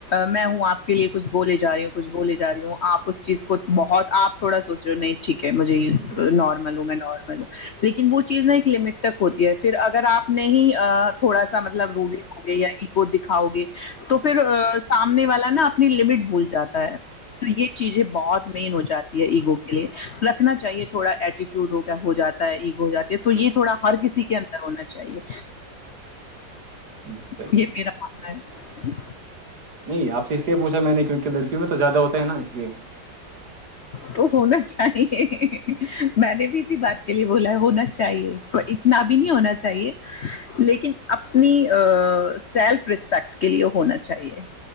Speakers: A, on the left; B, on the right.
A: میں ہوں آ کے لیے کچھ بولے جای ہوں کچھ بول جا رہی ہوں آپ اس چیز کو بہت آپ تھوڑا سوچ رہے ہو نہیں ٹھیک ہے مجھے
B: ہوں
A: ہ میں نارمل ہوں لیکن وہ چیز ایک لٹ تک ہوتی ہے اگر آپ نہیں تھوڑا سا مطلب رول لو گے یا ایگو دکھاؤ گے تو پھر سامنے والا نا اپنی لمٹ بھول جاتا ہے تو یہ چیزیں بہت مین ہو جاتی ہے ایگو کے لیے رکھنا چاہیے تھوڑا ایٹی ٹ ہو ہو جاتا ہے عگ ہو جاتا تو یہ تھوڑا ہر کسی کے اندر ہونا چاہیے
B: ہوں صحیح
A: یہ
B: ہے
A: میرا ماننا ہے
B: نہیں آپ سے اس لیے پوچھا میں نے کیونکہ لڑکوں میں تو زیادہ ہوتا ہے نا اس لیے
A: تو ہونا چاہیے میں نے بھی اسی بات کے لیے بولا ہے ہونا چاہیے اتنا بھی نہیں ہونا چاہیے لیکن اپنی سیلف رسپیکٹ کے لیے ہونا چاہیے